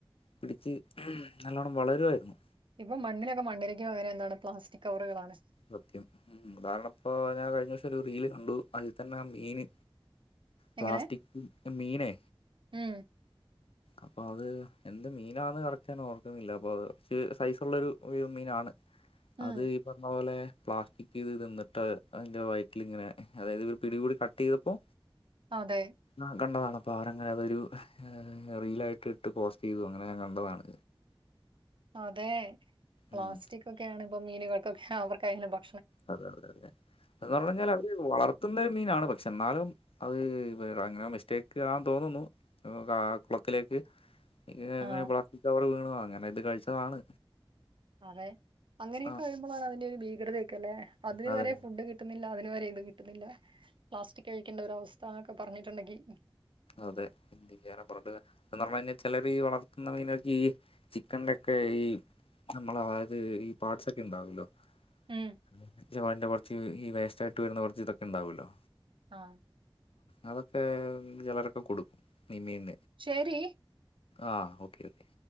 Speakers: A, on the left; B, on the right.
A: പിടിച്ച് നല്ലവോണ്ണം വളരുവാര്ന്ന്
B: ഇപ്പം മണ്ണിനൊക്കെ മണിരക്ക് പകരം എന്താണ് പ്ലാറ്റിക് കവറ്കളാണ്
A: സത്യം <unintelligible> കാരണം ഇപ്പൊ ഞാൻ കഴിഞ്ഞ ദേസം ഒര് റീല് കണ്ടു അതി തന്നെ മീന് പ്ലാസ്റ്റിക്
B: എങ്ങനെ
A: മീനേ
B: ഉം
A: അപ്പോ അത് എന്ത് മീനാെന്ന് കറകറ്റ് ഓർക്ക്ന്നില്ല അപ്പോൾ അത് കൊറച്ച് സൈസ് ഓള്ളരു മീനാണ്
B: ഉം
A: അത് ഇപ്പം പോലെ പ്ലാസ്റ്റിക്ക് ഇത് തിന്നിട്ട് അയിൻ്റെ വയറ്റില്ങ്ങനെ അതായത് ഇത് പിടികൂടി കട്ട് ചെയ്തപ്പോ
B: അതെ
A: ആാ കണ്ടാതാണ് അപ്പം അവര് അങ്ങനെ അതൊരു റീലായിട്ട് ഇട്ട് പോസ്റ്റ് ചെയ്തു അങ്ങനെ ഞാൻ കണ്ടതാണ്
B: അതെ പ്ലാസ്റ്റിക്കെയാണ്
A: ഉം
B: ഇപ്പം മീന്ക്കൊക്കെ അവർക്ക് അയാലും ബാ
A: അതെ അതെ അതെ <unintelligible> അതെ അതെ അതെ എന്ന് പറഞ്ഞാല് അവര് വളത്ത്ന്നാ ഒര് മീനാണ് പക്ഷേ എന്നാലും അത് <unintelligible> അങ്ങനെ മിസ്റ്റേക്ക് ആന്ന് തോന്നുന്നു ആ കുളക്കിലേക്ക് <unintelligible>
B: ആ
A: എങ്ങനെയെ പ്ലാസ്റ്റിക് കവറ് വീണാതാ അങ്ങനെ ഇത് കഴിച്ചതാണ്
B: അതെ അങ്ങനെയൊക്കെ
A: ആ
B: വെര്മ്പാളാണ് അതിന്റെ ഒര് ഭീകരതയൊക്കെ അല്ലെ അതിന്
A: അതെ
B: വെരെ ഫുഡ് കിട്ടുന്നില്ല അതിന് വെരെ ഇത് കിട്ടുന്നില്ലാ പ്ലാസ്റ്റിക് കഴിക്കേണ്ട ഒര് അവസ്ഥൊ എന്നോക്കെ പറഞ്ഞിട്ട് ഒണ്ടാങ്കി
A: അതെ എന്തിനെറേ <unintelligible> ചെലര് വളർത്ത്ന്നാ മീനക്ക് ഈ ചിക്കൻ <unintelligible> ഒക്കെ ഈ നമ്മള് അതായത് ഈ പാട്സൊക്കെ ഇണ്ടാവുല്ലോ
B: ഉം
A: <unintelligible> കൊറച്ച് ഈ വേസ്റ്റായിട്ട് വെര്ന്നാ കൊറച്ച് ഇതൊക്കെ ഇണ്ടാവുല്ലോ
B: ആാ
A: അതൊക്കെ ചെലരൊക്കെ കൊടുക്കും മീ മീൻ
B: ശരി
A: ആാ ഓക്കെ ഓക്കേ